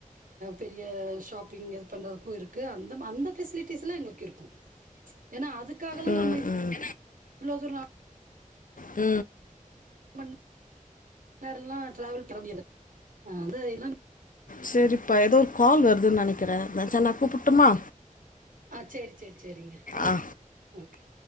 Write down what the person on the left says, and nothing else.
ம்
ம்
உ
சேரிப்பா ஏதோ கால் வருதுன்னு நினைக்கிறே மதநாள் நா கூப்பிட்டுமா
ஆ